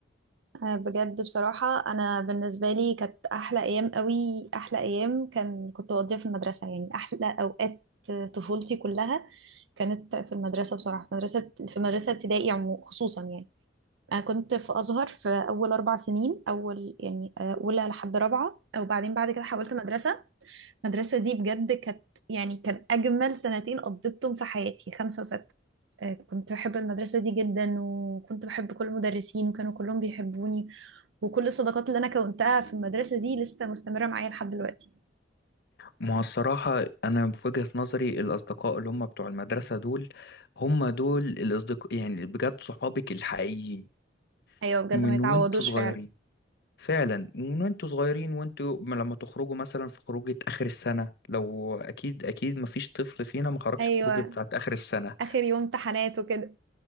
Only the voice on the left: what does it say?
ما هو الصراحة أنا في وجهة نظري الأصدقاء اللي هم بتوع المدرسة دول هم دول الأصدقاء يعني بجد صحابك الحقيقيين
من
وانتوا صغيرين
فعلا من وانتوا صغيرين وانتوا م- لما تخرجوا مثلا في خروجة آخر السنة لو أكيد أكيد مفيش طفل فينا ما خرجش
في خروجة بتاعت آخر السنة